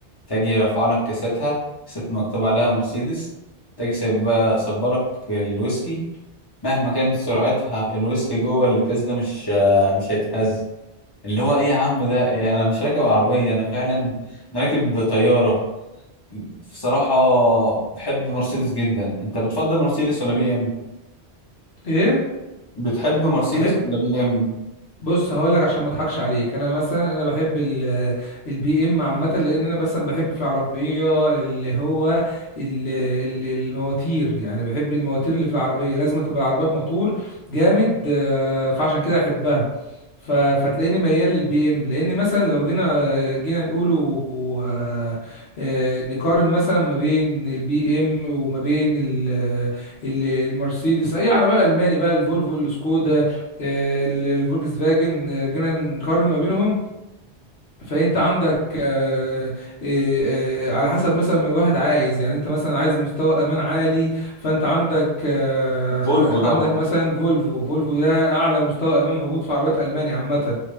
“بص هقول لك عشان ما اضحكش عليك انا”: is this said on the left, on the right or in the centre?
Left